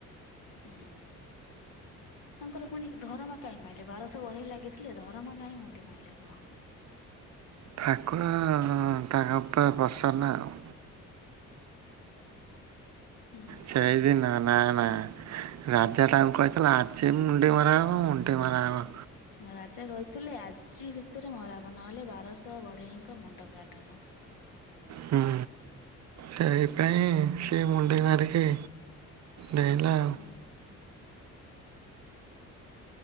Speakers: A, on the left; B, on the right.
A: ହୁଁ। ତାଙ୍କର ପୁଣି ଧରମା କାହିଁ ମାଇଲେ, ବାରଶହ ବଢେଇ ଲାଗିଥିଲେ ଧରମା କାହିଁ ମୁଣ୍ଡି ମାଇଲେ କୁହ?
B: ଠାକୁର ତା ଉପରେ ପ୍ରସନ୍ନ ଆଉ।
A: ହୁଁ।
B: ସେଇଦିନ ନା ନା। ରାଜା ତାଙ୍କୁ କହିଥିଲା ଆଜି ମୁଣ୍ଡି ମରାହବ ମୁଣ୍ଡି ମରାହବ।
A: ରାଜା କହିଥିଲେ ଆ ଜି ଭିତରେ ମରାହବ ନହେଲେ ବାରଶହ ବଢେଇଙ୍କ ମୁଣ୍ଡ କାଟ ହବ।
B: ହୁଁ ସେଇ ପାଇଁ ସେ ମୁଣ୍ଡି ମାରିକି। ଡେଇଁଲା ଆଉ।
A: ହୁଁ।